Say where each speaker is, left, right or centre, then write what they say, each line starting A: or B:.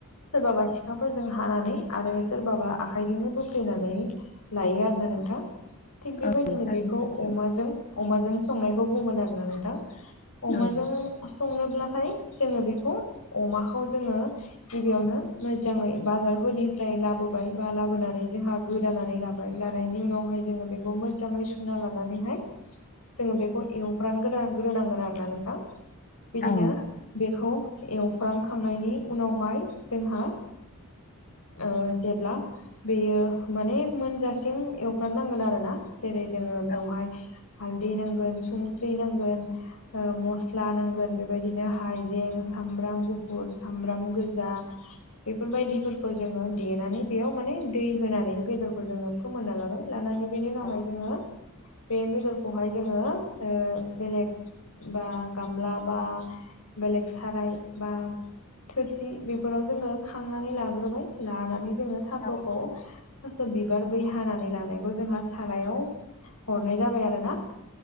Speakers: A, on the left; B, on the left.
A: सोरबाबा सिखाफोरजों हानानै आरो सोरबाबा आखायजोंनो बो फ्लेनानै लायो आरोना नोंथां थिग बेबायदिनो
B: औ थारैनो
A: बेखौ अमाजों अमाजों संनायखौ बुंगोन आरोना नोंथां अमाजों
B: नोंथां
A: संनोब्लाथाय जोङो बेखौ अमाखौ जोङो गिबियावनो मोजाङै बाजारफोरनिफ्राय लाबोबाय बा लाबोनानै जोंहा गोदानानै लाबाय लानायनि उनावहाय जोङो बेखौ मोजाङै सुना लानानैहाय जोङो बेखौ एवफ्रान गोरान ग्रोनांगोन आरोना नोंथां बिदिनो
B: औ
A: बेखौ एवफ्रानखांनायनि उनावहाय जोंहा ओ जेब्ला बेयो माने मोनजासिम एवफ्रान नांगोन आरो ना जेरै जोङो बेवहाय
B: औ
A: हालदै नांगोन सुंख्रै नांगोन। ओ मस्ला नांगोन बेबायदिनो हायजें सामब्राम गुफुर सामब्राम गोजा बेफोरबायदिफोरखौ जोङो देनानै बेयाव माने दै होनानै बेदरखौ जोङो फोमोनना लाबाय लानानै बेनि उनावहाय
B: औ
A: जोङो बे बेदरखौहाय जोङो ओ बेलेग बा गामला बा बेलेग साराय बा थोरसि बेफोराव जोङो खांनानै लाग्रोबाय लानानै जोङो थास'खौ
B: औ
A: थास' बिबार बै हानानै लानायखौ जोंहा सारायाव हरनाय जाबाय आरो ना।